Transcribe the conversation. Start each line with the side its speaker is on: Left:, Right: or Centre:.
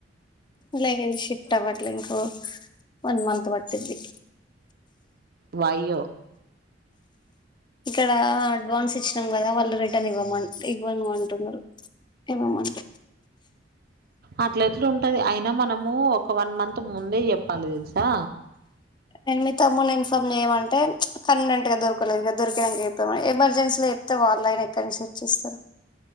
Left: లేగది షిఫ్ట్ అవ్వట్లే ఇంకో వన్ మంత్ పట్టిద్ది
Right: వయో
Left: ఇక్కడ అడ్వాన్స్ ఇచ్చినం కదా వాళ్ళ రిటర్న్ ఇవ్వమ ఇవ్వను అంటున్నారు ఇవ్వమంట
Right: అట్ల ఎట్లా ఉంటది అయిన మనము ఒక వన్ మంత్ ముందే చెప్పాలి తెలుసా
Left: నేను మీ తమ్ముని ఇన్ఫార్మ్ చేయమంటే కన్వీనెంట్ గా దొరకలేదు గ దొరికినంక చెప్తమాయే ఎమర్జెన్సీల చెప్తే వాళ్ళైన ఎక్కడి నుంచి తెచిస్తారు తెచ్చిస్తారు